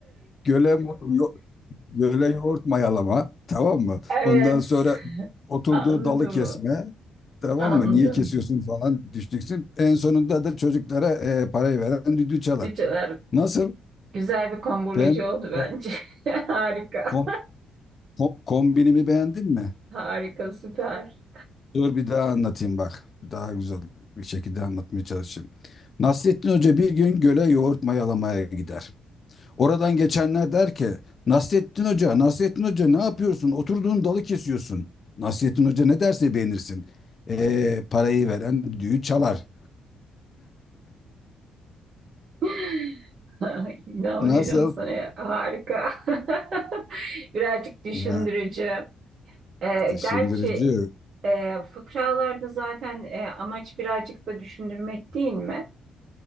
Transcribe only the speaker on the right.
Evet.
Anladım.
Anladım.
Cüceler
Güzel bir komboloji
oldu
bence. <laughs> Harika.
Harika, süper.
<laughs> İnanmıyorum
sana ya. Harika. <laughs> Birazcık düşündürücü.
Ee,
gerçi e, fıkralarda zaten e, amaç birazcık da düşündürmek değil mi?